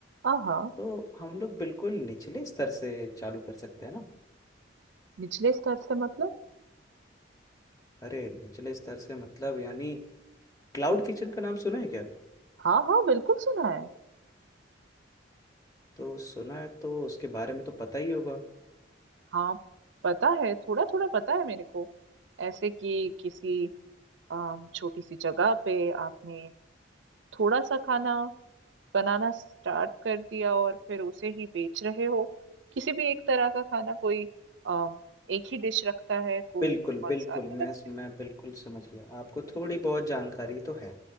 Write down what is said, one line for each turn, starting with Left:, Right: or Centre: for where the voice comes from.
Right: हाँ हाँ
Left: तो हम लोग बिल्कुल निचले स्तर से चालू कर सकते हैं ना
Right: निचले स्तर से मतलब
Left: अरे निचले स्तर से मतलब यानी क्लाउड किचन का नाम सुना है क्या
Right: हाँ हाँ बिल्कुल सुना है
Left: तो सुना है तो उसके बारे में तो पता ही होगा
Right: हाँ पता है थोड़ा थोड़ा पता है मेरे को ऐसे कि किसी अम, छोटी सी जगह पे आपने थोड़ा सा खाना बनाना स्टार्ट कर दिया और फिर उसे ही बेच रहे हो किसी भी एक तरह का खाना कोई अम, एक ही डिश रखता है कोई
Left: बिल्कुल
Right: बहुत
Left: बिल्कुल
Right: सारे
Left: मैं
Right: रख-
Left: मैं बिल्कुल समझ गया आपको थोड़ी बहुत जानकारी तो है